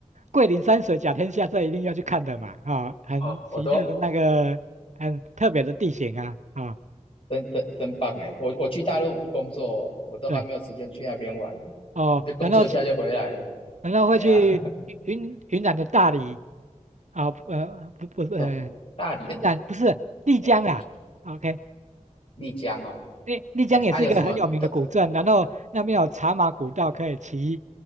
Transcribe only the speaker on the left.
哦，我都
真真真棒哎！我我去大陆工作，我都还没有时间去那边玩，
就工作一下就回来了。
哎呀，
<laughs>
走大理，
哎，
丽江哦，
哎，那、你有什么特？
哎